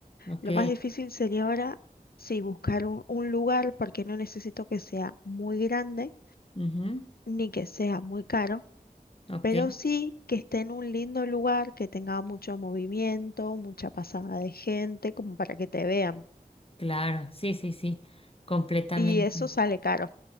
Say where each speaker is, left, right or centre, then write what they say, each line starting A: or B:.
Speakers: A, on the left (about 40°); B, on the left (about 80°).
A: ok,
B: Lo más difícil sería ahora, sí, buscar un, un lugar, porque no necesito que sea muy grande
A: ujú,
B: ni que sea muy caro
A: ok,
B: pero sí que esté en un lindo lugar, que tenga mucho movimiento, mucha pasada de gente, como para que te vean.
A: claro, sí, sí, sí, completamente.
B: Y eso sale caro.